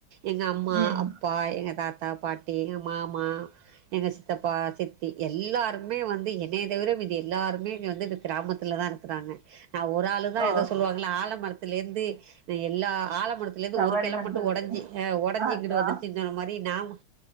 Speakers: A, on the right; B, on the right.
A: எங்க அம்மா
B: ம்
A: அப்பா எங்க தா தா பாட்டி எங்க மாமா எங்க சித்தப்பா சித்தி எல்லாருமே வந்து என்னைய தவிர மீதி எல்லாருமே இங்க வந்து இந்த கிராமத்துலதா இருக்கிறாங்க நா ஒரு ஆளுதா
B: ஓ
A: எதோ சொல்லுவாங்ளா ஆல மர த்துலருந்து எல்லா ஆழ மரத்துல இருந்து
B: தவறி
A: ஒரு கில
B: வந்தது
A: மட்டு ஒடஞ்சி ஒடஞ்சு
B: அதா
A: இங்கிட்டு வந்துருச்சிங்கிற மாரி நா ம